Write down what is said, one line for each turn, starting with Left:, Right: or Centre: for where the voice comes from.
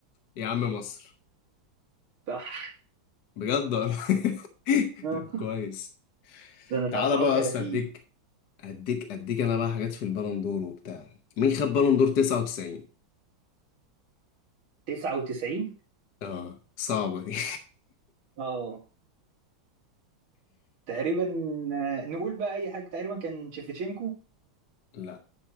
Left: يا عم مصر
Right: صح
Left: بجد ولا <laughs>
Right: <laughs>
Left: طب كويس
Right: سنة
Left: تعالى
Right: 34
Left: بقى يا اسطى اديك اديك اديك انا بقى حاجات في البالون دور وبتاع مين خد بالون دور 99
Right: 99
Left: اه صعبة دي
Right: اه تقريبا آه، نقول بقى أي حاجة تقريبا كان شيفتشينكو
Left: <laughs> لا